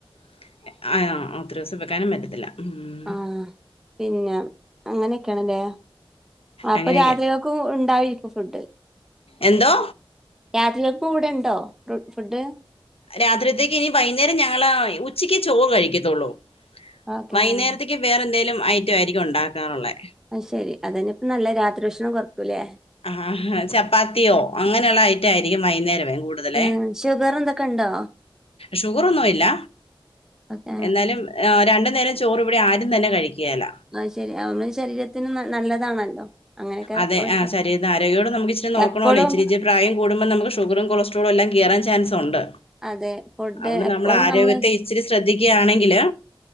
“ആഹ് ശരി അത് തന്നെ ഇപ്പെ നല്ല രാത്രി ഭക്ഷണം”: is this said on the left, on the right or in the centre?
Centre